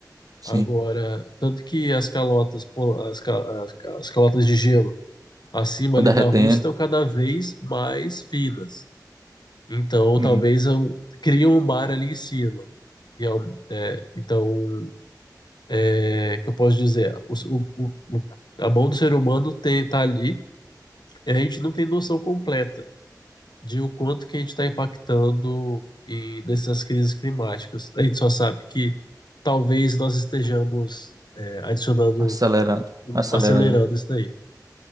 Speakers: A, on the right (about 55°); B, on the left (about 80°).
A: Sim.
B: Agora, tanto que as calotas, pol- as, ca- as, ca- as calotas de gelo acima
A: Estão
B: ali
A: derretendo.
B: da Rússia estão cada vez mais finas. Então,
A: Uhum.
B: talvez eu, criam um mar ali em cima. E é um- é, então, é que eu posso dizer? O, o- o- a mão do ser humano tem, tá ali e a gente não tem noção completa. de o quanto que a gente está impactando e nessas crises climáticas. A gente só sabe que talvez nós estejamos é, adicionando,
A: Acelerando.
B: um-
A: Acelerando,
B: acelerando
A: né?
B: isso daí.